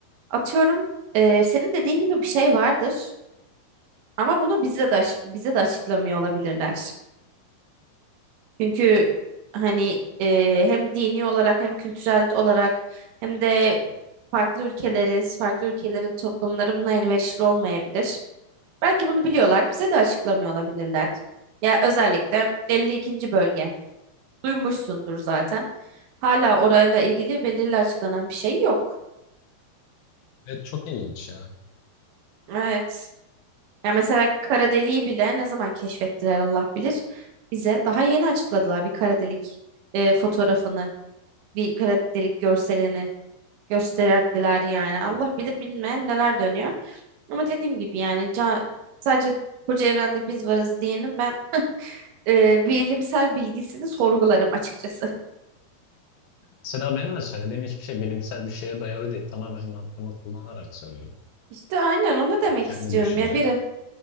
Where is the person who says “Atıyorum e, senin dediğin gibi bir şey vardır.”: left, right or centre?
Right